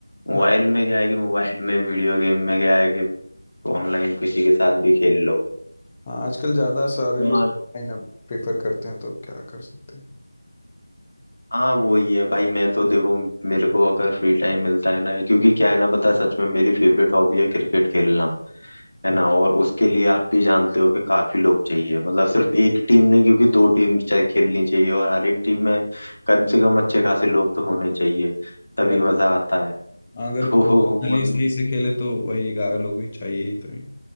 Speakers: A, on the left (about 75°); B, on the left (about 20°).
A: मोबाइल
B: हाँ
A: में क्या है कि मोबाइल में वीडियो गेम में क्या है कि तो ऑनलाइन किसी के साथ भी खेल लो
B: हाँ आजकल ज़्यादा सारे लोग
A: यार
B: ऑनलाइन अब प्रेफर करते हैं तो अब क्या कर सकते हैं
A: हाँ वही है भाई मैं तो देखो मेरे को अगर फ्री टाइम मिलता है ना क्योंकि क्या है ना पता है, सच में मेरी फेवरेट हॉबी है क्रिकेट खेलना है
B: अच्छा,
A: ना और उसके लिए आप भी जानते हो कि काफी लोग चाहिए मतलब सिर्फ एक टीम नहीं क्योंकि दो टीम चाहे खेलनी चाहिए और हर एक टीम में कम से कम अच्छे खासे लोग तो होने चाहिए तभी
B: अगर
A: मजा आता है <laughs>
B: अगर
A: तो
B: प्रोफेशनली
A: मतलब
B: सही से खेले तो वही ग्यारह लोग ही चाहिए ही तो ही